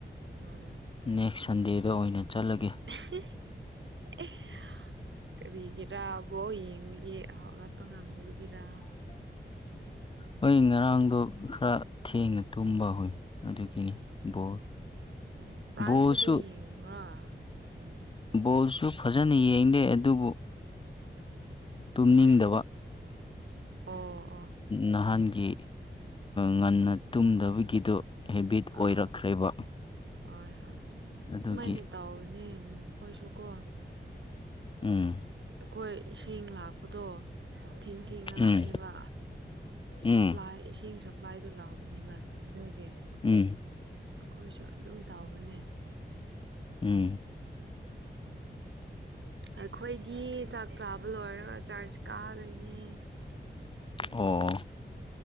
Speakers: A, on the right; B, on the left.
A: ꯎꯝ
B: ꯅꯦꯛꯁ ꯁꯟꯗꯦꯗ ꯑꯣꯏꯅ ꯆꯠꯂꯒꯦ꯫
A: <unintelligible> ꯀꯔꯤꯒꯤꯔꯥ ꯕꯣꯜ ꯌꯦꯡꯕꯒꯤ ꯍꯥꯎꯒꯠꯄ ꯉꯝꯗꯕꯒꯤꯔ
B: ꯍꯣꯏ ꯉꯔꯥꯡꯗꯣ ꯈꯔ ꯊꯦꯡꯅ ꯇꯨꯝꯕ ꯍꯣꯏ ꯑꯗꯨꯒꯤꯅꯤ ꯕꯣꯜ
A: ꯎꯝ ꯑꯣ ꯐ꯭ꯔꯥꯟꯁ
B: ꯕꯣꯜꯁꯨ
A: ꯀꯤꯗꯨ ꯌꯦꯡꯕ꯭ꯔ ꯎꯝ
B: ꯕꯣꯜꯁꯨ ꯐꯖꯅ ꯌꯦꯡꯗꯦ ꯑꯗꯨꯕꯨ ꯇꯨꯝꯅꯤꯡꯗꯕ
A: <unintelligible> ꯑꯣ ꯑꯣ
B: ꯅꯍꯥꯟꯒꯤ ꯉꯟꯅ ꯇꯨꯝꯗꯕꯒꯤꯗꯣ ꯍꯦꯕꯤꯠ ꯑꯣꯏꯔꯛꯈ꯭ꯔꯦꯕ
A: ꯑꯥ ꯍꯣꯏ ꯍꯣꯏ
B: ꯑꯗꯨꯒꯤ
A: ꯁꯨꯃꯥꯏꯅ ꯇꯥꯎꯕꯅꯦ ꯈꯣꯏꯁꯨꯀꯣ
B: ꯎꯝ
A: ꯑꯩꯈꯣꯏ ꯏꯁꯤꯡ ꯂꯥꯛꯄꯗꯣ ꯊꯦꯡ ꯊꯦꯡꯅ ꯂꯥꯛꯑꯦꯕ
B: ꯎꯝ
A: ꯁꯞꯄ꯭ꯂꯥꯏ
B: ꯎꯝ
A: ꯏꯁꯤꯡ ꯁꯞ ꯏꯕꯥꯏꯗꯨ ꯂꯥꯎꯕꯅꯤꯕ ꯑꯗꯨꯒꯤ
B: ꯎꯝ
A: ꯑꯩꯈꯣꯏꯁꯨ ꯑꯗꯨꯝ ꯇꯧꯕꯅꯦ
B: ꯎꯝ
A: ꯑꯩꯈꯣꯏꯗꯤ ꯆꯥꯛ ꯆꯥꯕ ꯂꯣꯏꯔꯒ ꯆꯥꯔꯖ ꯀꯥꯗꯣꯏꯅꯦ
B: ꯑꯣ